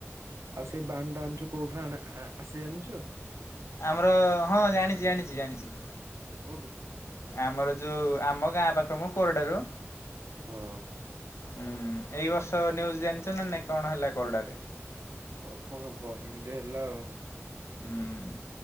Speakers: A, on the right; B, on the left.
A: ଆଉ ସେ ବାଣ ଟା ଆଣିଛୁ କୋଉଠୁ ଆସେ ଯାଣିଛୁ?
B: ଆମର ହଁ ଜାଣିଛି ଜାଣିଛି ଜାଣିଛି।
A: କୋଉଠୁ
B: ଆମର ଯୋଉଁ ଆମ ଗାଁ ପାଖ ମ କୋରଡାରୁ।
A: ହଁ।
B: ହୁଁ ଏଇ ବର୍ଷ ନ୍ୟୁୟୁଜ୍ ଜାଣିଛ ନା ନାଇଁ କଣ ହେଲା କୋଡାରେ।
A: ଆଉ କଣ ହବ ଏମିତି ହେଲା ଆଉ।
B: ଉଁ